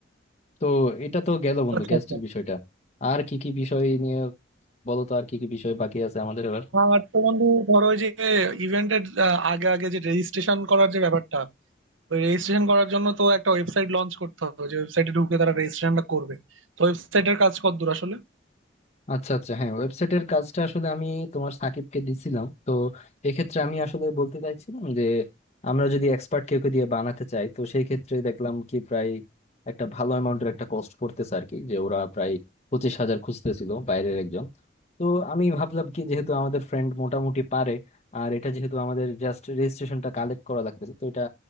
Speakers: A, on the left; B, on the right.
A: তো এটা তো গেল বন্ধু
B: আচ্ছা
A: গ্যাস্ট্রিক
B: আচ্ছা
A: বিষয়টা আর কি কি বিষয় নিয়ে বলো তো আর কি কি বিষয় বাকি আছে আমাদের এবার
B: আর তো বন্ধু ধরো ওই যে ইভেন্টের আগে আগে যে রেজিস্ট্রেশন করার যে ব্যাপারটা ওই রেজিস্ট্রেশন করার জন্য তো একটা ওয়েবসাইট লঞ্চ করতে হবে যে ওয়েবসাইটে ঢুকে তারা রেজিস্ট্রেশনটা করবে তো ওয়েবসাইটের কাজ কতদূর আসলে
A: আচ্ছা আচ্ছা হ্যাঁ ওয়েবসাইটের কাজটা আসলে আমি তোমার সাকিবকে দিছিলাম তো এক্ষেত্রে আমি আসলে বলতে চাইছিলাম যে আমরা যদি এক্সপার্ট কেউকে দিয়ে বানাতে চাই তো সেই ক্ষেত্রে দেখলাম কি প্রায় একটা ভালো অ্যামাউন্টের একটা কস্ট পড়তেছে আর কি যে ওরা প্রায় পঁচিশ হাজার খুঁজতেছিল বাইরের একজন তো আমি ভাবলাম কি যেহেতু আমাদের ফ্রেন্ড মোটামুটি পারে আর এটা যেহেতু আমাদের জাস্ট রেজিস্ট্রেশনটা কালেক্ট করা লাগতেছে তো এটা